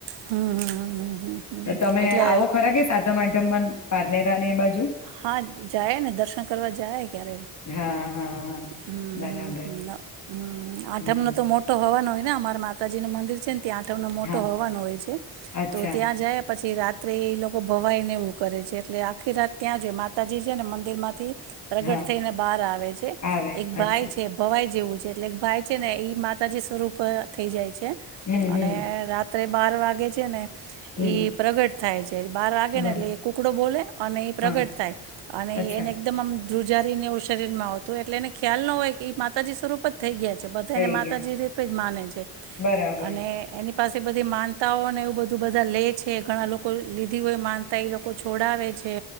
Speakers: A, on the right; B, on the left.
A: હમ, હમ, હમ, હમ, હમ.
B: તો તમે
A: એટલે
B: આવો ખરા કે સાતમ આઠમમાં પારનેરા ને એ બાજુ
A: હા જાય ને દર્શન કરવા જાય ક્યારે
B: હા હા હ
A: હમ
B: બરાબર.
A: હમ આઠમનો
B: હમ
A: તો મોટો હવન હોય. અમાર માતાજી નું મંદિર છે. ત્યાં આઠમનો મોટો
B: હા
A: હવન હોય.
B: અચ્છા
A: તો ત્યાં જે પછી રાત્રે એ લોકો ભવાઈને એવું કરે છે એટલે આખી રાત ત્યાં જોઈ માતાજી છે ને મંદિર માંથી પ્રગટ
B: હા
A: થઈને બહાર આવે છે
B: આવે
A: એક ભાઈ
B: અચ્છા
A: છે ભવાઈ જેવું એટલે ભાઈ છે ને એ માતાજી સ્વરૂપ થઈ જાય છે. કે,
B: હમ હમ
A: અને રાત બાર વા ગે છે ને
B: હમ
A: એ પ્રગટ થાય છે બાર વાગે
B: બરાબર
A: ને એટલે એ કુકડો બોલે અને એ પ્રગટ
B: હા
A: થાય, અને
B: અચ્છા
A: એને એકદમ આમ ધ્રુવજારીને એવું શરીરમાં આવતું એટલે એને ખ્યાલ ન હોય કે એ માતાજી સ્વરૂપ જ થઈ ગયા છે. બધાને
B: થઈ
A: માતાજી
B: ગયા
A: રીતે જ માને છે,
B: બરાબર
A: અને એની પાસે બધી માન તાઓને એવું બધું બધા લે છે ઘણા લોકો લીધી હોય માનતા એ લોકો છોડાવે છે.